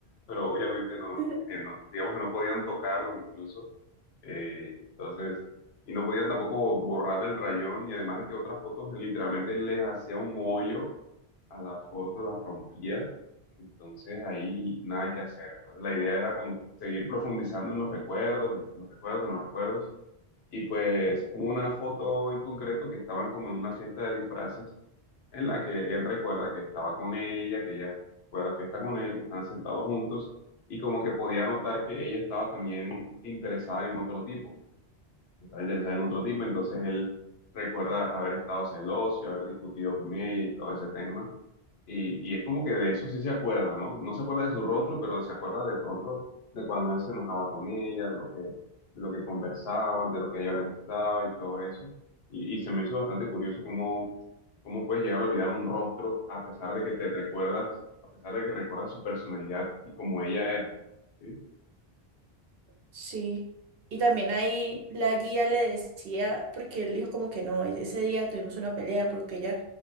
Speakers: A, on the left; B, on the right.
A: Pero obviamente no,
B: <laughs>
A: no, eh, no. Digamos que no podían tocarlos incluso. Eh, entonces, y no podían tampoco borrar el rayón y además de que otras fotos eh, literalmente les hacía un hoyo a la foto, la rompía. Entonces ahí nada que hacer. Entonces la idea era como seguir profundizando en los recuerdos, en los recuerdos, en los recuerdos. Y pues hubo una foto en concreto que estaban como en una fiesta de disfraces en la que él recuerda que estaba con ella, que ella fue a la fiesta con él, que estaban sentados juntos y como que podía notar que ella estaba también interesada en otro tipo. Estaba interesada en otro tipo, entonces él recuerda haber estado celoso y haber discutido con ella y todo ese tema. Y, y es como que de eso sí se acuerda, ¿no? No se acuerda de su rostro, pero se acuerda de pronto de cuando él se enojaba con ella, de lo que, de lo que conversaban, de lo que a ella le gustaba y todo eso. Y, y se me hizo bastante curioso cómo, cómo puedes llegar a olvidar un rostro a pesar de que te recuerdas, a pesar de que recuerdas su personalidad y cómo ella era. ¿sí?
B: Sí. Y también ahí la guía le decía, porque él dijo como que no, e-, ese día tuvimos una pelea porque ella